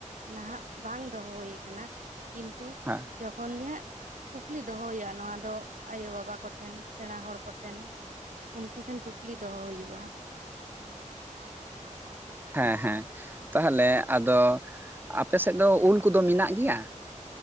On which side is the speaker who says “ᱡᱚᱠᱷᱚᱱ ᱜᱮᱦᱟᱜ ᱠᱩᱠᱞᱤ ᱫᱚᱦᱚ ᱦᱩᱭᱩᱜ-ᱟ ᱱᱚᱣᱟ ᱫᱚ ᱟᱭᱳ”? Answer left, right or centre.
Right